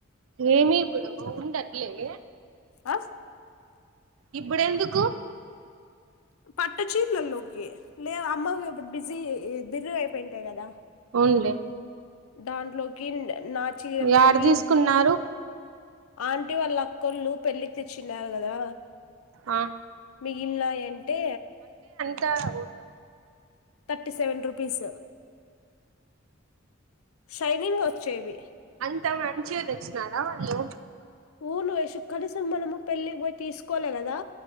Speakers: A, on the right (about 75°); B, on the left (about 85°).
A: ఏమీ ఇప్పుడు ఉండట్లే గే
B: అస్
A: ఇప్పుడెందుకు
B: పట్ట చీర్లల్లోకి లే అమ్మ ఇప్పుడు బిజీ బిర్రు గయిపోయింటయి గదా
A: వులే
B: దాంట్లోకి న్ నా చీరలోకి
A: యాడ తీసుకున్నారు
B: ఆంటీ వాళ్ళ అకోళ్ళు పెళ్ళికి ఇచ్చిన్నార్ కదా
A: ఆ
B: మిగిల్నాయంటే
A: దవు
B: థర్టీ సెవెన్ రూపీస్ షైనింగ్ ఓచ్చేవి
A: అంత మంచివి తెచ్చినారా వాళ్ళు
B: పూలు వేసుకు కనీసం మనము పెళ్లిక్ పోయి తీసుకోలే కదా